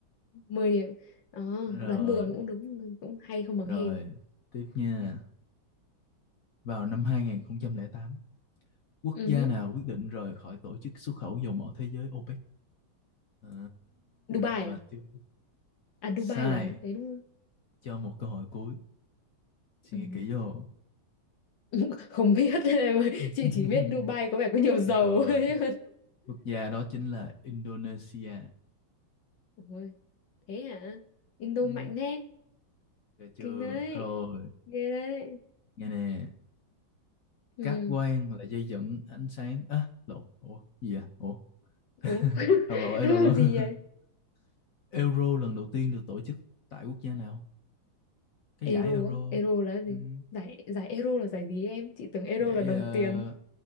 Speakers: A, on the left; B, on the left.
A: mười điểm. Ờ,
B: Rồi,
A: đoán bừa cũng đúng, cũng hay không bằng
B: rồi.
A: hên.
B: Tiếp nha. Vào năm hai không không tám quốc
A: Ừ
B: gia
A: hứ.
B: nào quyết định rời khỏi tổ chức xuất khẩu dầu mỏ thế giới OPEC? À,
A: Dubai
B: mà
A: à?
B: chưa
A: À
B: sai
A: Dubai là đấy đúng không?
B: cho một cơ hội cuối suy
A: Ừ.
B: nghĩ kỹ vô
A: <laughs> Không biết <laughs> em ơi,
B: <laughs>
A: chị chỉ biết Dubai có vẻ có nhiều dầu
B: rồi
A: <laughs> ấy.
B: quốc gia đó chính là Indonesia
A: Ôi, thế hả? Indo
B: Ừm,
A: mạnh thế.
B: được chưa
A: Kinh đấy.
B: rồi
A: Ghê đấy.
B: nghe nè
A: Ừ.
B: cáp quang là dây dẫn ánh sáng á lộn ủa gì vậy ủa <laughs>
A: Ủa, <laughs>
B: đầu lộn ê,
A: làm
B: đầu lộn
A: gì vậy?
B: <laughs> Euro lần đầu tiên được tổ chức tại quốc gia nào cái giải
A: Euro
B: Euro
A: á Euro là cái gì
B: Ừm,
A: giải giải Euro là giải gì em chị tưởng Euro
B: giải
A: là đồng
B: uh,
A: tiền